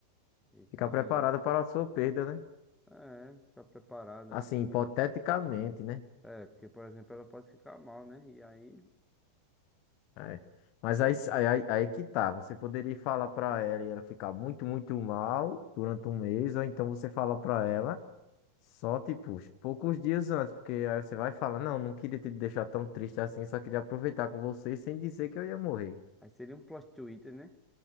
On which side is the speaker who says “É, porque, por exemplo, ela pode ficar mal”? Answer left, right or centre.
Centre